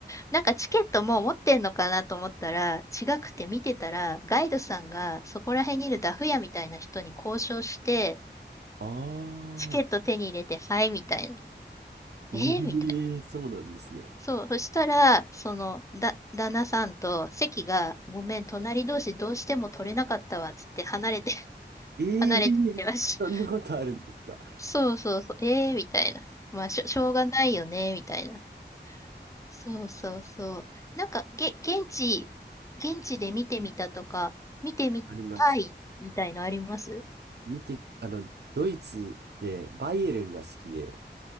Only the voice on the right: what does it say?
あ
あ、
え
えそうなんですね。
ええ
そんなことあるんですか。
あります。
見て、あの、ドイツでバイエルンが好きで、